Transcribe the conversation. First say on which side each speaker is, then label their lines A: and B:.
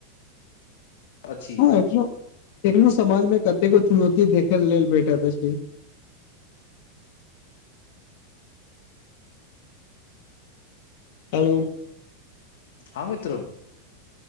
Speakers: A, on the left; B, on the left.
A: समान अछि।
B: हँ एखनो एखनो समाज मे कतेको चुनौती देखै लेल भेटल अछि हेलो
A: हँ मित्र